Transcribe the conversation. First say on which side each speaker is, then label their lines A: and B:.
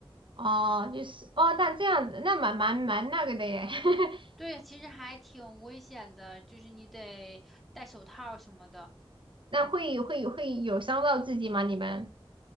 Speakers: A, on the right; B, in the centre.
A: 哦，就是哦，那这样子，那蛮蛮蛮那个的耶，<laughs>
B: 对，其实还挺危险的，就是你得戴手套什么的。
A: 那会会会有伤到自己吗？你们